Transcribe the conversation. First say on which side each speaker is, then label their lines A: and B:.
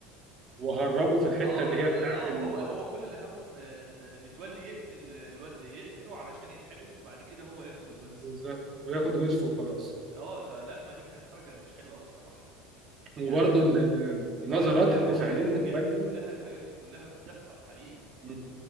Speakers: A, on the right; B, on the right.
A: وهربوا في الحتة
B: اه
A: اللي
B: إنه-
A: هي بتاعت
B: آه،
A: ال...
B: وهو هو كل اللي همه ان ان متولي يقتل الواد يقتله علشان يتحبس وبعد كده هو ياخد الورث
A: بالظبط وياخد ورثه وخلاص
B: اه لا لا، ما دي كانت حركه مش حلوه قوي الصراحه يعني
A: وبرضه ال- النظرات
B: وعايز اقول لك
A: اللي
B: هو
A: في عينين
B: الحاجات
A: متولي
B: دي كلها الحاجات دي كلها بتحصل حقيقي
A: مم.